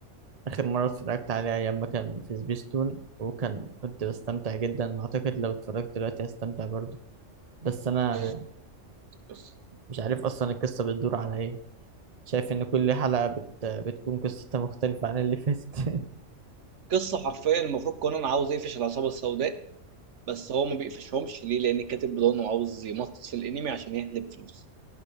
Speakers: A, on the right; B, on the right.
A: اخر مرة اتفرجت عليه ايام ما كان في سبيستون وكان كنت بستمتع جدا اعتقد لو اتفرجت دلوقتي هستمتع برضه بس انا
B: آه، قصة
A: مش عارف اصلا القصة بتدور على ايه شايف ان كل حلقة بت... بتكون قصتها مختلفة عن اللي فاتت <laughs>
B: قصة حرفيا المفروض كونان عاوز يقفش العصابة السوداء بس هو ما بيقفشهمش ليه لان الكاتب بيضانه عاوز يمطط في الانمي عشان يحلب فلوس